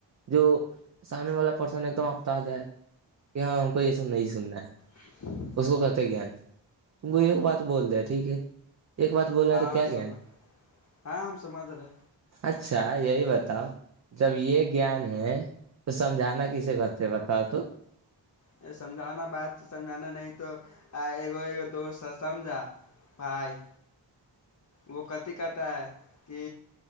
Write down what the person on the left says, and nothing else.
ہ <unintelligible>
ہاں
سمان
ہاں ہم سمادرے
یہ سمجھانا بات سمجھانا نہیں تو ای دوست سمجھا بائے وہ کہتی کہتا ہے کہ